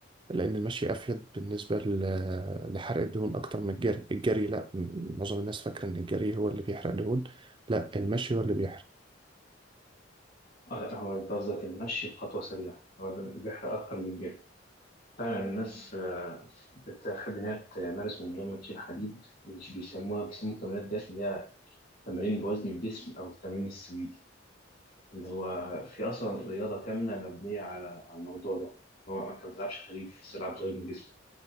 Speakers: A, on the right; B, on the left.
A: لأن المشي أفيد بالنسبة ل- لحرق الدهون أكتر من الجري الجري لأ م- معظم الناس فاكرة إن الجري هو اللي بيحرق دهون لأ المشي هو اللي بيحرق
B: آه لا هو أنت قصدك المشي بخطوة سريعة هو ده اللي بيحرق أكتر من الجري فعلا الناس آه، بتحب إن هي تمارس من غير ما تشيل حديد مش بيسموها بيسموا التمرينات ديت اللي هي تمارين بوزن الجسم أو التمرين السويدي اللي هو في اصلا رياضه كامله مبنيه على على الموضوع ده هو انت ما بتلعبش حديد بس تلعب غير من جسمك